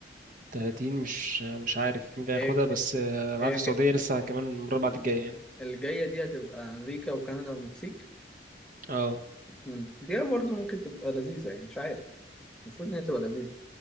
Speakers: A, on the right; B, in the centre.
A: 30 مش مش عارف مين اللي
B: هي
A: هياخدها بس
B: هي
A: آه، انا
B: هي
A: عارف
B: الج-
A: السعوديه لسه كمان المره بعد الجايه يعني
B: الجايه دي هتبقى امريكا وكندا والمكسيك
A: اه
B: مم. دي برضو ممكن تبقى لذيذه يعني مش عارف المفروض ان هي تبقى لذيذه